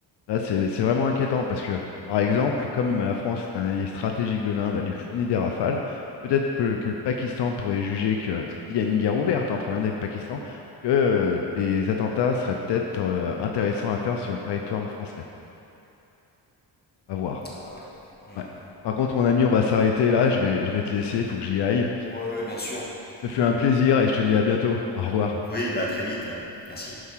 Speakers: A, on the left; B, on the left.
A: Là, c'est c'est vraiment inquiétant parce que, par exemple, comme la France est un allié stratégique de l'Inde, elle lui fournit des rafales, peut-être peu- que, le Pakistan pourrait juger que s'il y a une guerre ouverte entre l'Inde et le Pakistan, que euh, des attentats seraient peut-être euh, intéressants à faire sur le territoire français. À voir.
B: Ah ouais. Mhm.
A: Ouais. Par contre, mon ami, on va s'arrêter là. Je vais, je vais te laisser, il faut que j'y aille.
B: Ouais, Oui, bien sûr.
A: Ce fut un plaisir et je te dis à bientôt. Au revoir.
B: Oui, bah très vite. Merci.